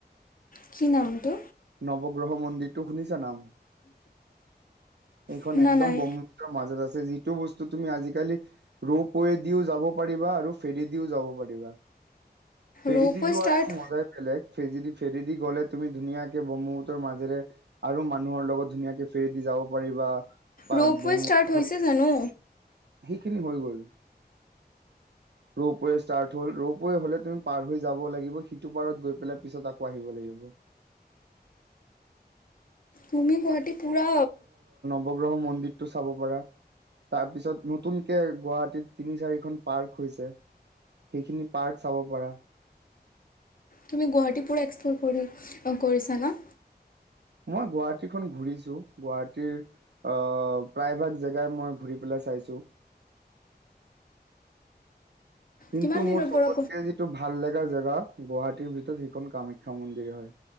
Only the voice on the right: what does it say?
নৱগ্ৰহ মন্দিৰটো শুনিছা নাম এইখন
একদম
ব্ম মাজত আছে যিটো বস্তু তুমি আজিকালি ৰোপ ৱে দিও যাব পাৰিবা আৰু ফেৰী দিও যাব পাৰিবা। ফেৰিদি
যোৱাৰতো
মজাই বেলেগ ফেজদি ফেৰিদি গ'লে তুমি ধুনীয়াকে ব্ৰহ্মপুতৰ মাজেৰে আৰু মানুহৰ লগত ধুনীয়াকে ফেৰি দি যাব পাৰিবা। পাৰ
ব্ৰহ্মপুত্ৰখন
সেইখিনি হৈ গল ৰৌপ ষ্টাৰ্ট হ'ল ৰৌপে হ'লে তুমি পাৰ হৈ যাব লাগিব সিটো পাৰত গৈ পেলাই পিছত আকৌ আহিব লাগিব।
উপৱগ্ৰহ মন্দিৰতটো চাব পাৰা। তাৰ পিছত নতুনকে গুৱাহাটীত তিনি চাৰিখন পাৰ্ক হৈছে। সেইখিনি পাৰ্ক চাব পাৰা।
মই গুৱাহাটীখন ঘুৰিছো গুৱাহাটীৰ অ প্ৰায়ভাগ জেগাই মই ঘুৰি পেলাই চাইছো। কিন্তু
মোৰ চবতকে
যিটো ভাল লগা জেগা গুৱাহাটীৰ ভিতৰত সেইখন কামাখ্যা মন্দিৰ হয়।